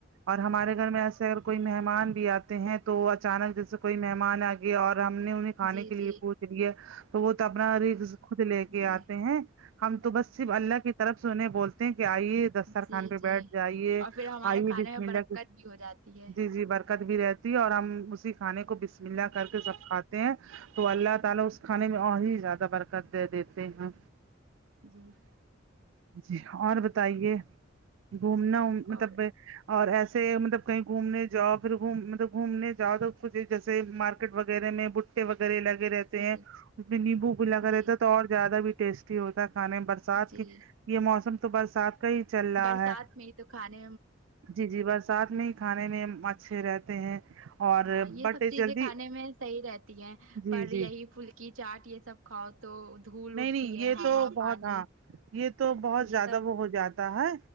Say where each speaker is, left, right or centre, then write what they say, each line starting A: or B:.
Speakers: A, on the right; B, on the right.
A: اور ہمارے گھر میں ایسے اگر کوئی مہمان بھی آتے ہیں تو اچانک جیسے کوئی مہمان آے اور ہم نے انہیں کھانے
B: جی
A: کے لیے
B: جی
A: پوچھ لیے تو وہ تو اپنا رزق خود لے کے
B: جی
A: آتے ہیں ہم تو بس صرف اللہ کی طرف سے انہیں بولتے ہیں کہ آئیے دسترخوان
B: جی
A: پہ
B: جی
A: بیٹھ جائیے
B: اور پھر ہمارے
A: آئیے
B: کھانے
A: بسم
B: میں برکت
A: اللہ کے
B: بھی ہو جاتی ہے
A: جی جی برکت بھی رہتی ہے اور ہم اسی کھانے کو بسم اللہ کر کے سب کھاتے ہیں تو اللہ تعالی اس
B: جی
A: کھانے میں اور ہی زیادہ برکت دے دیتے ہیں
B: جی
A: جی اور بتائیے گھومنا وں مطلب
B: اور
A: اور ایسے مطلب کہیں گھومنے جاؤ پھر گھوم مطلب گھومنے جاؤ تو کچھ جیسے مارکیٹ وغیرہ میں وغیرہ لگے رہتے
B: جی
A: ہیں اس میں لیمبو بھی لگا رہتا
B: جی
A: ہے تو اور زیادہ بھی ٹیسٹی ہوتا ہے کھانے بر سات
B: جی
A: کی یہ موسم تو برسات کا ہی چل رہا
B: برسات
A: ہے
B: تو کھایے
A: جی جی برسات میں ہی کھانے میں مچھلی رہتے ہیں اور
B: ہاں یہ
A: بٹ
B: سب چیزیں
A: جلدی
B: کھانے میں صحیح رہتی ہیں
A: جی
B: پر
A: جی
B: یہی پھلکی چاٹ یہ سب کھاؤ تو دھول
A: نہیں
B: اٹھتی
A: نہیں
B: ہے
A: یہ
B: ہوا
A: تو بہت
B: پانی
A: ہاں یہ تو بہت زیادہ
B: یہ سب
A: وہ ہو جاتا ہے